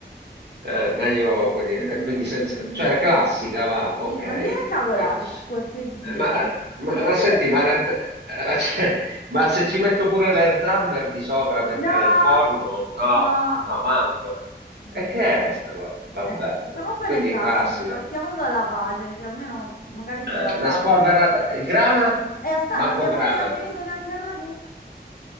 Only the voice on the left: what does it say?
Mm,
mm,
mm.
Sì, non dire cavolate,
per cortesia.
Ho capito
che...
No,
no.
Mm.
Eh, facciamo quelle
classiche,
partiamo dalla base, che almeno magari
te la
cavi.
E aspetta,
non abbiamo
ancora finito neanche il ragù.